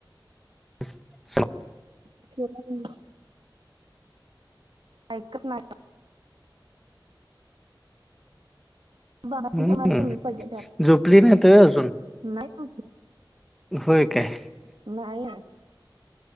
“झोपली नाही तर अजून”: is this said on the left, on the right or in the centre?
Centre